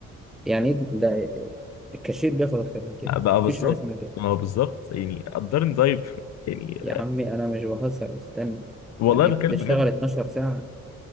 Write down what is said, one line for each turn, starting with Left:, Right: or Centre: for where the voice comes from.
Centre: يعني ايه ده الكاشير بياخد اكتر من كده
Left: بقى بالظبط
Centre: مفيش حاجه اسمها كده
Left: ما هو بالظبط يعني قدرني طيب <laughs> يعني
Centre: يا عمي انا مش بهزر استنى
Left: والله
Centre: يعني
Left: بتكلم
Centre: بتشتغل
Left: بجد
Centre: 12 ساعه